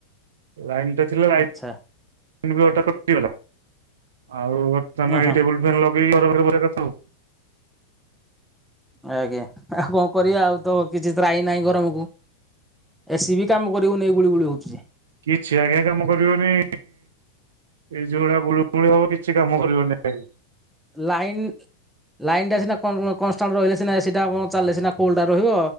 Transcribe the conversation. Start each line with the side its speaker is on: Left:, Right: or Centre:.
Right: ଲାଇନଟା ଥିଲା ଲାଇନ
Centre: ଆଚ୍ଛା
Right: ବି ହଠାତ କଚିଗଲା ଆଉ ବର୍ତ୍ତମାନ
Centre: ଉଁ ହୁଁ
Right: ଏଇ ଟେବୁଲ ଫ୍ୟାନ୍ ଲଗେଇ ଘର <unintelligible> କଥା ଆଉ
Centre: ଆଜ୍ଞା ଆଉ କଣ କରିବା ଆଉ ତ କିଛି ତ୍ରାହି ନାହିଁ ଗରମକୁ। ଏ ସି ବି କାମ କରିବନେଇ ଏଇ ଗୁଳି ଗୁଳି ହୋଉଚି ଯେ।
Right: କିଛି ଆଜ୍ଞା କାମ କରିବନି। ଏଇ ଯୋଉଭଳିଆ ଗଳୁ ଗୁଳି ହବ କିଛି କାମ କରିବନି ଆଗେ।
Centre: ଲାଇନ୍ ଲାଇନଟା ସିନା କନ୍-କନଷ୍ଟାଣ୍ଟ ରହିଲେ ସିନା ଏ ସି ଟା ଚାଲଲେ ସିନା କୁଲଟା ରହିବ।